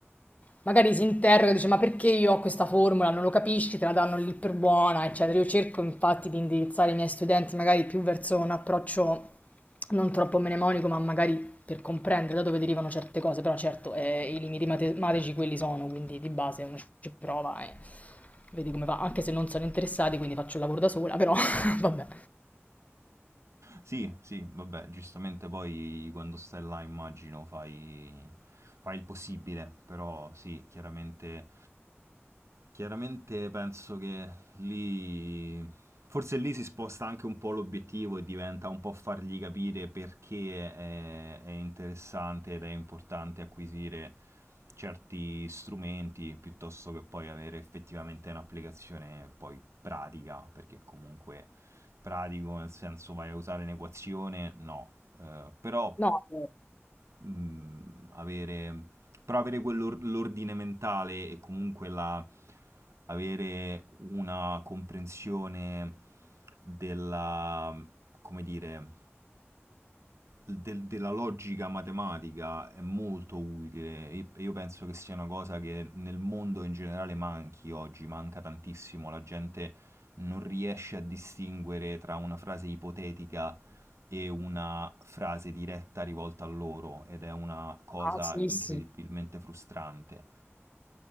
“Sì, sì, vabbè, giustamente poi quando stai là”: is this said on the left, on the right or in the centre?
Right